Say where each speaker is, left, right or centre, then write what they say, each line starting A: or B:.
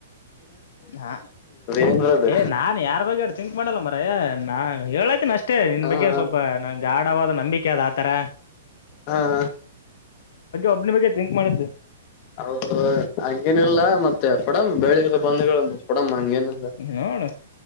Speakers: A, on the left; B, on the left.
A: ಹಾ
B: ಏನ್ರದ
A: ಏ ನಾನ್ ಯಾರ್ ಬಗ್ ತಿಂಕ್ ಮಾಡಲ್ಲ ಮರ ನಾ ಹೇಳತನ ಅಷ್ಟ. ಅಷ್ಟೇ ನಿನ್
B: ಹಾ
A: ಬಗ್ಗೆ
B: ಹಾ
A: ಸ್ವಲ್ಪ ನಂಗೆ ಆಢವಾದ ನಂಬಿಕೆ ಅದು ಆತರ.
B: ಹಾ.
A: ಒಬ್ನಿ ಬಗ್ ಥಿಂಕ್ ಮಾಡಿದ್ದು.
B: ಹ ಹಂಗೇನ ಇಿಲ್ಲ ಮತ್ತೆ ಕೊಡಮ ಬೆಳಿದ ಬಂದಗಳು ಕೊಡಮ ಹಂಗೇನ್.
A: ಹ್ಮ ನೋಡು